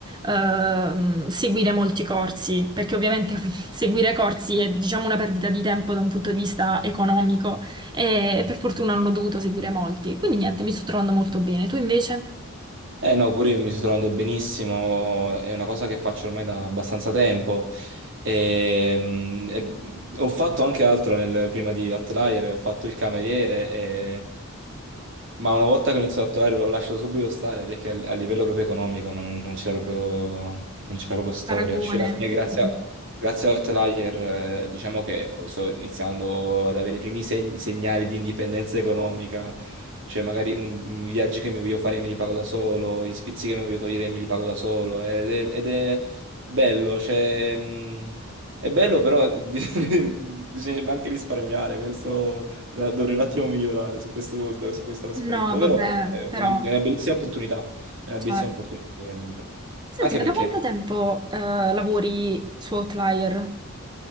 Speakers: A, on the right; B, on the right.
A: ehm, seguire molti corsi, perché ovviamente <laughs> seguire corsi è diciamo una perdita di tempo da un punto di vista economico e per fortuna non ho dovuto seguire molti. Quindi niente, mi sto trovando molto bene. Tu invece?
B: Eh no, pure io mi sto trovando benissimo, è una cosa che faccio ormai da abbastanza tempo. Ehm, E, mm, e- ho fatto anche altro nel- prima di Outlier, ho fatto il cameriere ma una volta che ho iniziato a tatuare l'ho lasciato subito stare perché a a livello proprio economico non, non c'era proprio, non c'era proprio storia.
A: Paragone.
B: Cioè, alla fine, grazie,
A: Mm.
B: a- grazie all'Outlier, eh, diciamo che sto iniziando ad avere i primi seg- segnali di indipendenza economica. Cioè, magari un, un- i viaggi che mi voglio fare me li pago da solo, gli sfizi che mi voglio togliere me li pago da solo. Ed è, ed è bello, cioè, mh, è bello, però <laughs> bisognerebbe anche risparmiare questo. Dovrei dovrei un attimo migliorare su questo, su questo aspetto,
A: No, vabbè,
B: però è
A: però
B: belliss- è una bellissima opportunità, è una
A: certo.
B: bellissima opportunità veramente.
A: Senti,
B: Anche
A: ma
B: perché
A: da quanto tempo eh, lavori su Outlier?